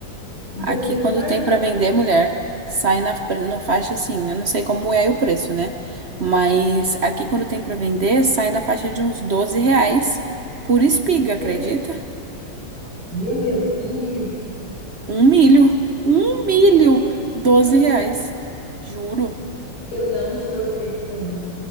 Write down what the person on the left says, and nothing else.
Inclusive,
já,
já
comprei.
Meu Deus, meu Deus, um milho.
Meu
Deus,
eu não estou acreditando.